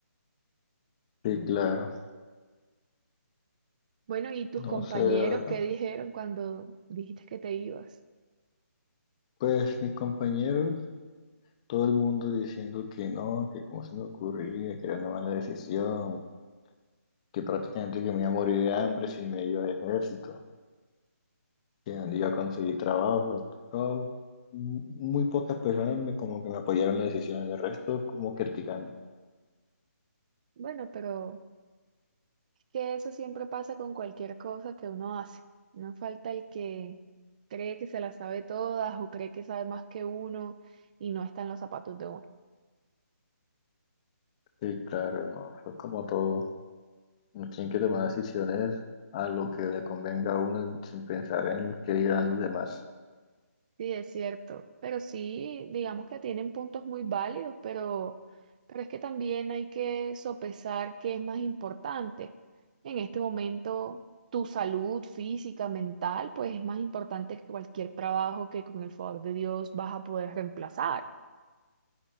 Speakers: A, on the left; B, on the right.
A: Sí, claro.
B: Bueno, ¿y tus
A: No
B: compañeros
A: sé, la verdad.
B: qué dijeron cuando dijiste que te ibas?
A: pues mis compañeros, todo el mundo diciendo que no, que cómo se me ocurría, que era una mala decisión, que prácticamente que me iba a morir de hambre si me iba al ejército, que donde iba a conseguir trabajo. todo. Muy pocas personas me, como que me apoyaron en la decisión, el resto como criticando.
B: Bueno, pero es que eso siempre pasa con cualquier cosa que uno hace. No falta el que cree que se la sabe todas o cree que sabe más que uno y no está en los zapatos de uno.
A: Sí, claro, no, eso es como todo. Uno tiene que tomar decisiones a lo que le convenga a uno sin pensar en qué dirán los demás.
B: Sí, es cierto, pero sí, digamos que tienen puntos muy válidos, pero, pero es que también hay que sopesar qué es más importante. En este momento, tu salud física, mental, pues es más importante que cualquier trabajo que con el favor de Dios vas a poder reemplazar,